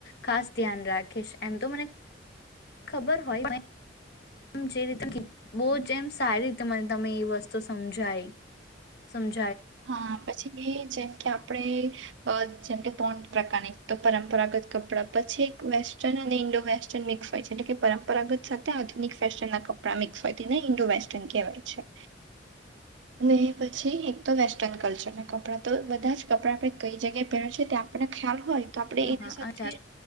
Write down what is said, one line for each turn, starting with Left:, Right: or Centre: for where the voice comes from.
Left: ખાસ ધ્યાન રાખીશ. એમ તો મને ખબર હોય <inaudible> જે રીતે <inaudible> બહું જ એમ સારી રીતે મને તમે એ વસ્તુ સમજાઈ. સમજ
Right: હા પછી બે જેમ કે આપ આપણે અહ જેમ કે તણ પ્રકારની તો પરંપરાગત કપડાં, પછી એક વેસ્ટર્ન અને ઈન્ડો વેસ્ટર્ન મિક્સ હોય છે, એટલે કે પરંપરાગત સાથે આધુનિક ફેશન ના કપડાં મિક્સ હોય તેને ઇન્ડો વેસ્ટર્ન કહેવાય છે. અને પછી તો વેસ્ટર્ન કલ્ચરના કપડાં તો બધા જ કપડાં આપણે કઈ જગ્યાએ પહેરવા છે તે આપડને ખ્યાલ હોય તો આપણેે
Left: હા
Right: એના
Left: હા
Right: સાથે
Left: અચ્છા